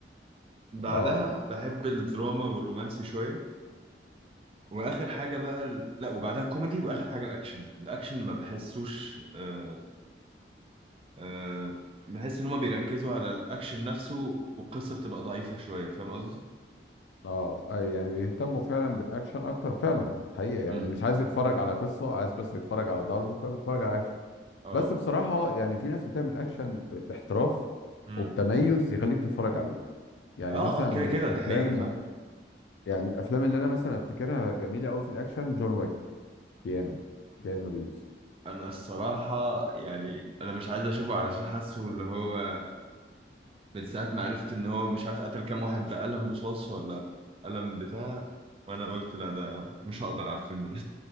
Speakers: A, on the right (about 30°); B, on the left (about 80°).
A: بعدها
B: اه
A: بحب الدراما والرومانسي شويه واخر حاجه بقى ال... لا وبعدها كوميدي واخر حاجه الاكشن الاكشن ما بحسوش آه... آه... بحس ان هما بيركزوا على الاكشن نفسه والقصه بتبقى ضعيفه شويه فاهم قصدي
B: اه آه، يعني بيهتموا فعلا بالاكشن اكتر فعلا حقيقه يعني
A: امم
B: مش عايز يتفرج على قصه عايز بس يتفرج على ضرب فبيتفرج على اكشن
A: اه
B: بس بصراحه يعني في ناس بتعمل اكشن ب- باحتراف
A: امم
B: وبتميز يخليك تتفرج عليه يعني
A: اه
B: مثلا
A: اه كده
B: من
A: كده
B: الافلام
A: دي حقيقه فعلا
B: يعني من الافلام اللي انا مثلا افتكرها جميله قوي في الاكشن جون ويك كيانو كيانو ريفز
A: انا الصراحه يعني انا مش عايز اشوفه علشان حاسه اللي هو من ساعة ما عرفت إن هو مش عارف قتل كام واحد بقلم رصاص ولا قلم بتاع وأنا قلت لا ده مش هقدر على الفيلم ده